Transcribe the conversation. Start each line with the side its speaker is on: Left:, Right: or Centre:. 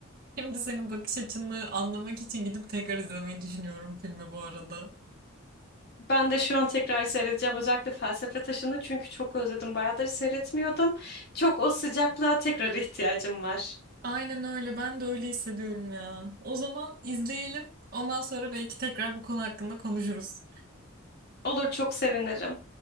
Right: Şimdi senin bakış açını anlamak için gidip tekrar izlemeyi düşünüyorum filmi bu arada.
Left: Ben de şu an tekrar seyredeceğim özellikle Felsefe Taşı'nı çünkü çok özledim. Bayağıdır seyretmiyordum. Çok o sıcaklığa tekrar ihtiyacım var.
Right: Aynen öyle. Ben de öyle hissediyorum ya. O zaman izleyelim. Ondan sonra belki tekrar bu konu hakkında konuşuruz.
Left: Olur çok sevinirim.